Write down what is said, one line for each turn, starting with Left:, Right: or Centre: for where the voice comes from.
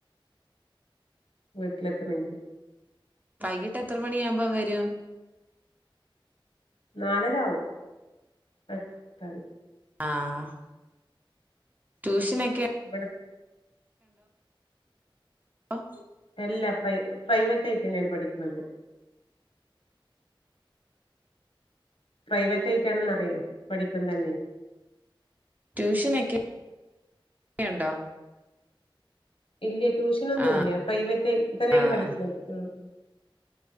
Left: വീട്ടിലെത്തണെങ്കില്.
Right: വൈകിട്ടെത്ര മണിയാവുമ്പം വരും?
Left: നാലരാവും എ ത്താന്.
Right: ആഹ് ട്യൂഷനെക്കെ
Left: ഇവടെ
Right: പ്പം
Left: എല്ല പ്രൈ പ്രൈവറ്റായിട്ടെന്നേണ് പഠിക്ക്ണത്. പ്രൈവറ്റായിട്ടാണന്നറിയെ പഠിക്കുന്നന്നെ.
Right: ട്യൂഷനൊക്കെ യുണ്ടോ?
Left: ഇല്ല ട്യൂഷനൊന്നുല്ല
Right: ആഹ്
Left: പ്രൈവറ്റായിട്ട് തന്നേണ്
Right: ആഹ്
Left: പഠിക്ക്ണത് ആഹ്.